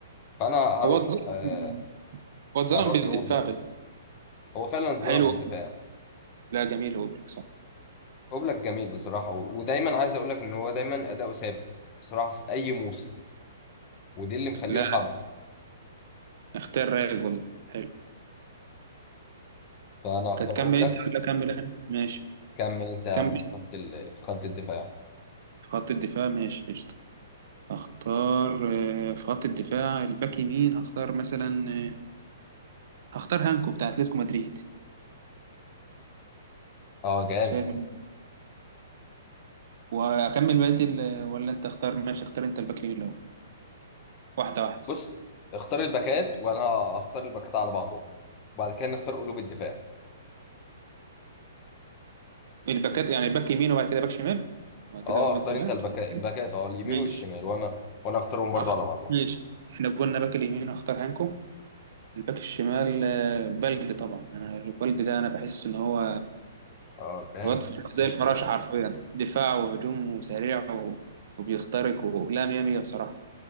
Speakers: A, on the left (about 30°); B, on the right (about 60°).
A: فانا هروح
B: هو اتظلم
A: آه
B: مم. هو اتظلم
A: هروح
B: بالدفاع
A: لاوبلاك
B: بس
A: هو فعلا اتظلم
B: حلو
A: بالدفاع
B: لا جميل وبلك صح
A: اوبلاك جميل بصراحه و- ودايما عايز اقول لك ان هو دايما اداؤه ثابت بصراحه في اي موسم ودي اللي مخليني
B: لا
A: حابه
B: اختيار رايق والله حلو
A: فانا هختار
B: هتكمل
A: اوبلاك
B: انت ولا اكمل انا ماشي
A: كمل انت يا
B: كمل
A: عم في
B: انت.
A: خط ال... في خط الدفاع
B: في خط الدفاع ماشي قشطة اختار آه، في خط الدفاع الباك يمين هختار مثلا آه، هختار هانكو بتاع اتلتيكو مدريد
A: اه جامد
B: أنا شايف إن- واكمل بقيه ال- ولا انت اختار ماشي اختار انت الباك اليمين الاول واحده واحده
A: بص اختار الباكات وانا هختار الباكات على بعضهم وبعد كده نختار قلوب الدفاع
B: الباكات يعني الباك يمين وبعد كده باك شمال وبعد كده
A: اه
B: قلوب
A: اختار
B: الدفاع
A: انت البكا... الباكات اه اليمين
B: ماشي
A: والشمال وانا وانا اختارهم برضه
B: أخ
A: على بعضهم
B: ماشي إحنا قلنا باك اليمين هختار هانكو الباك الشمال آه، بلدي طبعا أنا البلدي ده أنا بحس إن هو
A: اه كام
B: الواد في- زي
A: مفيش
B: الفراشة
A: كلام
B: حرفيا دفاع وهجوم وسريع و... وبيخترق ولا مية مية بصراحة